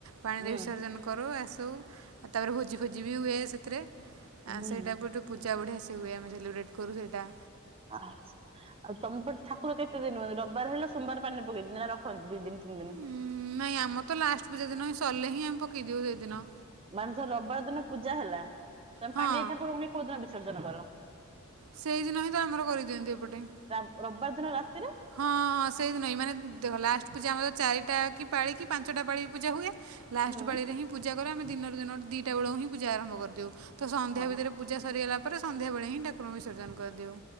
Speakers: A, on the right (about 85°); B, on the right (about 25°).
A: ପାଣିରେ
B: ହୁଁ
A: ବିସର୍ଜନ କରୁ ଆସୁ ଆଉ ତାପରେ ଭୋଜି ଫୋଜି ବି ହୁଏ ସେଥିରେ ଆ
B: ହୁଁ।
A: ସେଇଟା ପଟେ ପୂଜା ବଢ଼ିଆ ସେ ହୁଏ ଆମେ ସେଲିବ୍ରେଟ୍ କରୁ ସେଇଟା।
B: ଆ ଆଉ ତମପଟେ ଠାକୁର କେତେ ଦିନ ହୁଅନ୍ତି ରବିବାର ହେଲା ସୋମବାରାନି ପକେଇ ଦିିନ ରଖନ୍ତି ଦି ଦିନ? <unintelligible>
A: ଉଁ ନାଇଁ ଆମର ତ ଲାଷ୍ଟ ପୂଜା ଦିନ ହିଁ ସରିଲେ ହିଁ ଆମେ ପକେଇଦେଉ ସେଇଦିନ।
B: ମାନେ ଧର ରବିବାର ଦିନ ପୂଜା ହେଲା, ତମେ
A: ହଁ
B: ପାଣିରେ ଠାକୁରଙ୍କୁ ନେଇ କୋଉ ଦିନ ବିସର୍ଜନ କର?
A: ସେଇଦିନ ହିଁ ତ ଆମର କରିଦିଅନ୍ତି ଏପଟେ।
B: ରବି ରବିବାର ଦିନ ରାତିରେ?
A: ହଁ ହଁ ସେଇଦିନହିଁ ମାନେ ଦେଖ ଲାଷ୍ଟ ପୂଜା ଆମର ଚାରିଟା କି ପାଳିକି ପାଞ୍ଚଟା ପାଳିି ପୂଜା ହୁଏ। ଲାଷ୍ଟ
B: ହୁଁ
A: ପାଳିରେ ହିଁ ପୂଜା କରୁ ଆମେ ଦିନରୁ ଦିନରୁ ଦିଟା ବେଳୁ ହିଁ ପୂଜା ଆରମ୍ଭ କରିଦେଉ ତ ସନ୍ଧ୍ୟା
B: ହଁ।
A: ଭିତରେ ପୂ ଜା ସରିଗଲା ପରେ ସନ୍ଧ୍ୟାବେଳେ ହିଁ ଠାକୁରଙ୍କୁ ବିସର୍ଜନ କରିଦେଉ।